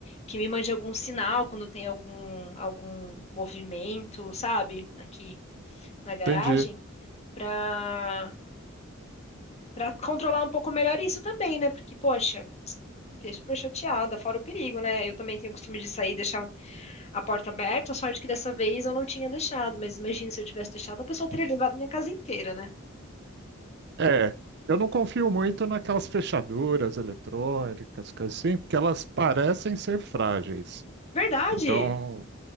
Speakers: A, on the left; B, on the right.
A: que me mande algum sinal quando tem algum algum movimento, sabe? Aqui na garagem
B: Entendi.
A: para para controlar um pouco melhor isso também, né? Porque poxa, fiquei super chateada, fora o perigo, né? Eu também tenho o costume de sair e deixar a porta aberta, a sorte que dessa vez eu não tinha deixado, mas imagina se eu tivesse deixado, a pessoa teria levado minha casa inteira, né?
B: É, eu não confio muito naquelas fechaduras eletrônicas, coisas assim, porque elas parecem ser frágeis.
A: Verdade.
B: Então,